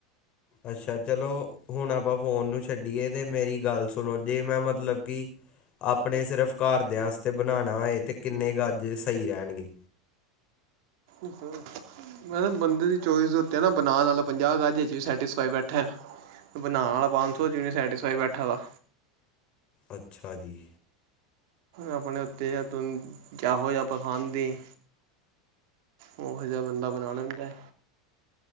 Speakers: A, on the left; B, on the right.
A: ਅੱਛਾ ਚਲੋ ਹੁਣ ਆਪਾਂ ਫੋਨ ਨੂੰ ਛੱਡੀਏ ਤੇ ਮੇਰੀ ਗੱਲ ਸੁਣੋ ਜੇ ਮੈਂ ਮਤਲਬ ਕਿ ਆਪਣੇ ਸਿਰਫ਼ ਘਰਦਿਆਂ ਆਸਤੇ ਬਣਾਣਾ ਹੋਏ ਅਤੇ ਕਿੰਨੇ ਗਜ ਸਈ ਰੈਣਗੇ?
B: ਅੱਛ <unintelligible> <inaudible> ਐ ਨਾ ਬੰਦੇ ਦੀ ਚੋਇਸ ਦੇ ਉੱਤੇ ਐ ਨਾ ਬਨਾਨ ਆਲਾ ਪੰਜਾਹ ਗਜ ਚ ਵੀ ਸੈਟਿਸਫਾਈ ਬੈਠਾ ਏ। ਬਣਾਣ ਆਲਾ ਪੰਜ ਸੌ ਚ ਵੀ ਨੀ' ਸੈਟਿਸਫਾਈ ਬੈਠਾ ਦਾ।
A: ਅੱਛਾ ਜੀ।
B: ਆਪਣੇ ਉੱਤੇ ਐ ਤੁਨ ਜਾਹੋ ਜਿਹਾ ਪਸੰਦ ਈ। ਓਹੋ ਜਿਆ ਬੰਦਾ ਬਣਾ ਲੈਂਦਾ ਐ।